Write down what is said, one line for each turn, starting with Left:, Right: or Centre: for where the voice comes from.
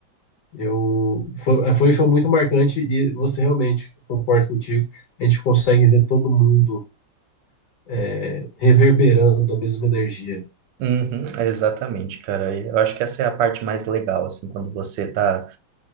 Left: Eu, foi, foi um show muito marcante e você realmente, concordo contigo, a gente consegue ver todo mundo é, reverberando a mesma energia
Right: Uhum, exatamente, cara. Eu acho que essa é a parte mais legal, assim, quando você tá